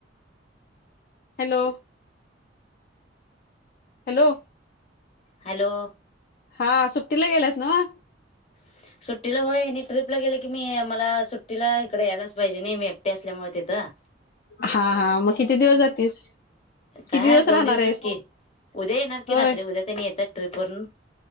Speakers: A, on the left; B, on the left.
A: हॅलो. हॅलो.
B: हॅलो.
A: हा सुट्टीला गेल्यास नं?
B: <inaudible> सुट्टीला होय अनी ट्रीपला गेलं की, मी मला सुट्टीला हीकड यायलाच पाहिजे नी मी एकटी असल्यामुळे तिथं. <inaudible>
A: हा-हा, मग किती दिवस जातेस?
B: काय
A: किती दिवस
B: दोन
A: राहणार
B: दिवसच
A: आहेस?
B: की उद्या येणार की
A: होय
B: रात्री उद्या ते नी येत्यात ट्रिपवरून.